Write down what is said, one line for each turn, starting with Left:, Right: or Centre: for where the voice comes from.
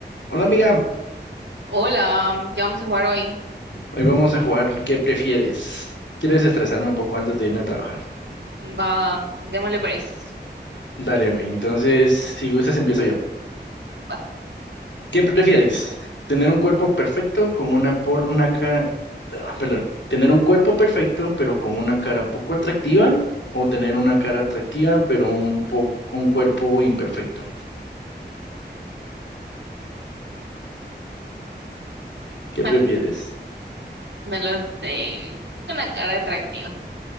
Left: Hola amiga,
Right: Hola, ¿qué vamos a jugar hoy?
Left: hoy vamos a jugar ¿Qué prefieres? Quiero desestresarme un poco antes de irme a trabajar.
Right: Va, démosle pues.
Left: Dale, güey. Entonces, si gustas, empiezo yo.
Right: Va,
Left: ¿Qué prefieres? ¿Tener un cuerpo perfecto con una por una cara, ah, perdón, tener un cuerpo perfecto pero con una cara poco atractiva o tener una cara atractiva pero un po- un cuerpo imperfecto?
Right: <laughs>
Left: ¿Qué prefieres?
Right: me lo sé. Una cara atractiva.